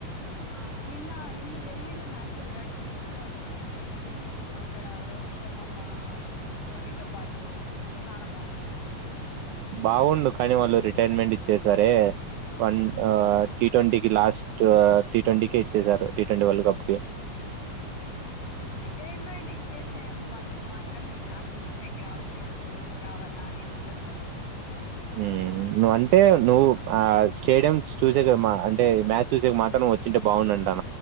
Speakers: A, on the left; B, on the right.
A: ఆ నిన్న నిన్న జరిగిందీ మ్యాచ్ లో విరాట్ కోహ్లీ కూడా వచ్ చ్చిందింటే కాని ప్చ్ అక్కడ రోహిత్ శర్మమ్మ ధోనితో పాటు ప్చ్ చానా బాగుండు. అ
B: బావుండు కానీ వాళ్ళు రిటైర్మెంట్ ఇచ్చేసారే వన్ ఆ టీట్వంటీ కి, లాస్ట్ టీ ట్వంటీ కే ఇచ్చేసారు. టీ ట్వంటీ వల్డ్ కప్ కి
A: <inaudible> రిటైర్మెంట్ ఇచ్చేసెన్మంతా మాత్రం దీ మ్యాచ్ చూసేకి రాకూడదు, రావాల్నాని ముండదు కదా.
B: మ్మ్ నువంటే నువ్వు ఆ స్టేడియం చూసేకే మా అంటే మ్యాచ్ చూసేకే మాత్రం నువొచ్చుంటే బాగుండన్